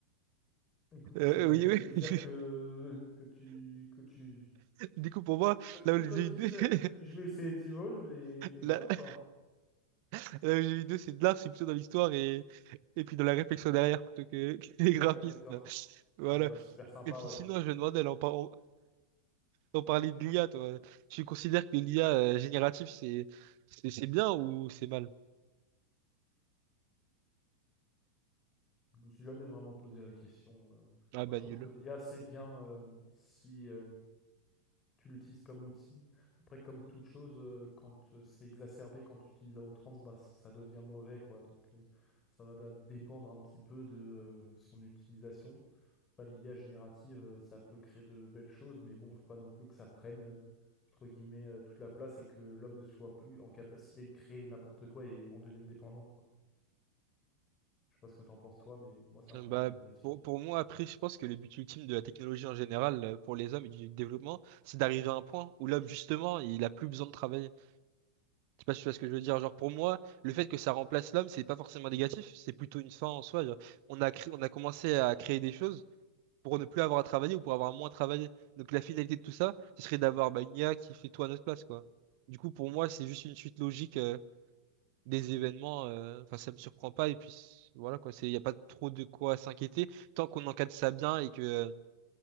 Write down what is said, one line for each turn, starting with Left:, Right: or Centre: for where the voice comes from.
Left: Écoute,
Right: Euh,
Left: ça, ça
Right: euh, oui,
Left: me fait plaisir
Right: oui. <laughs>
Left: que, que tu, que tu,
Right: Du coup, pour moi,
Left: que tu
Right: là où les
Left: me
Right: jeux
Left: le dises,
Right: vidéo, <laughs>
Left: je vais essayer d'Evolve, et, et
Right: là,
Left: voilà quoi.
Right: là où les jeux vidéo, c'est de l'art, c'est plutôt dans l'histoire et, et puis dans la réflexion derrière, plutôt que, <laughs> que les graphismes.
Left: Ah, d'accord.
Right: Voilà.
Left: Ouais, bah super sympa,
Right: Et puis
Left: ouais.
Right: sinon, je me demandais, là, en, par- On parlait de l'IA, toi. Tu considères que l'IA euh, générative, c'est, c'est, c'est bien ou c'est mal?
Left: Je me suis jamais vraiment posé la question. euh.
Right: Ah
Left: Moi,
Right: bah
Left: je trouve
Right: nul.
Left: que l'IA, c'est bien euh, si euh, tu l'utilises comme outil. Après, comme toute chose, euh, quand euh, c'est exacerbé, quand tu utilises à outrance, bah, ça ça devient mauvais, quoi. Donc, euh, ça va da- dépendre un petit peu de euh, son utilisation. Après, l'IA générative, euh, ça peut créer de belles choses, mais bon, faut pas non plus que ça prenne, euh, entre guillemets, euh, toute la place et que l'homme ne soit plus en capacité de créer n'importe quoi et en devienne dépendant, quoi. Je sais pas ce que t'en penses toi, mais moi c'est un
Right: Euh,
Left: peu
Right: Bah,
Left: mon avis là-dessus.
Right: pour, pour moi, après, je pense que le but ultime de la technologie en général, euh, pour les hommes et du développement, c'est d'arriver à un point où l'homme, justement, il a plus besoin de travailler. Je sais pas si tu vois ce que je veux dire. Genre, pour moi, le fait que ça remplace l'homme, c'est pas forcément négatif, c'est plutôt une fin en soi. Genre, on a cré- on a commencé à créer des choses. pour ne plus avoir à travailler ou pour avoir moins travaillé. Donc la finalité de tout ça, ce serait d'avoir bah, une I a qui fait tout à notre place, quoi. Du coup, pour moi, c'est juste une suite logique euh, des événements. euh, Enfin, ça me surprend pas. Et puis c- voilà, quoi. C'est, il n'y a pas trop de quoi s'inquiéter tant qu'on encadre ça bien et que euh,